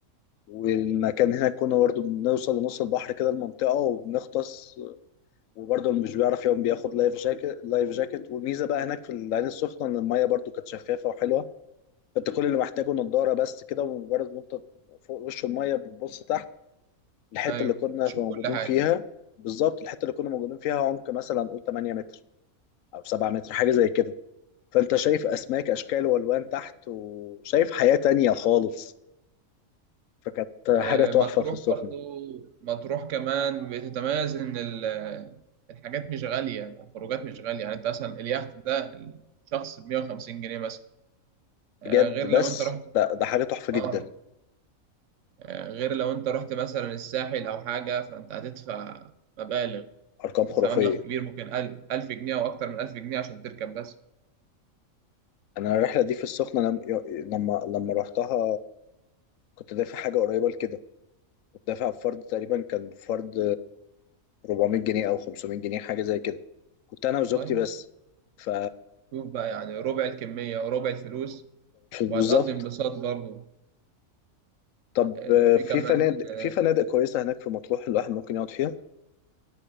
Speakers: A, on the left; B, on the right.
A: والمكان هناك كنا برضه بنوصل لنص البحر كده المنطقة وبنغطس وبرضه اللي مش بيعرف يوم بياخد لايف جاكيت لايف جاكيت والميزة بقى هناك في العين السخنة ان المية برضه كانت شفافة وحلوة فانت كل اللي محتاجه نضارة بس كده ومجرد ما انت فوق وش المية بتبص تحت الحتة
B: ايوه
A: اللي كنا
B: تشوف
A: موجودين
B: كل حاجة
A: فيها بالظبط الحتة اللي كنا موجودين فيها عمق مثلا قول 8 متر او سبعة متر حاجه زي كده فانت شايف اسماك اشكال والوان تحت وشايف حياه تانية خالص فكانت
B: آه،
A: حاجه تحفه
B: مطروح
A: في السخنه
B: برضو مطروح كمان بتتميز إن ال- الحاجات مش غالية الخروجات مش غالية يعني أنت مثلا اليخت ده الشخص ب 150 جنيه مثلا آه،
A: بجد
B: غير لو
A: بس
B: أنت رحت
A: ده, ده حاجه تحفه جدا
B: آه آه، غير لو أنت رحت مثلا الساحل أو حاجة فأنت هتدفع مبالغ
A: ارقام خرافيه
B: تدفع مبلغ كبير ممكن 1000 1000 جنيه او اكتر من 1000 جنيه عشان تركب بس
A: انا الرحله دي في السخنه لم... لما لما رحتها كنت دافع حاجه قريبه لكده كنت دافع فرد تقريبا كان فرد 400 جنيه او 500 جنيه حاجه زي كده كنت انا وزوجتي
B: طيب
A: بس ف
B: شوف بقى يعني ربع الكميه وربع الفلوس وهتقضي
A: بالظبط
B: انبساط برضه
A: طب
B: آه، في
A: في
B: كمان
A: فنادق
B: آه،
A: في فنادق كويسه هناك في مطروح الواحد ممكن يقعد فيها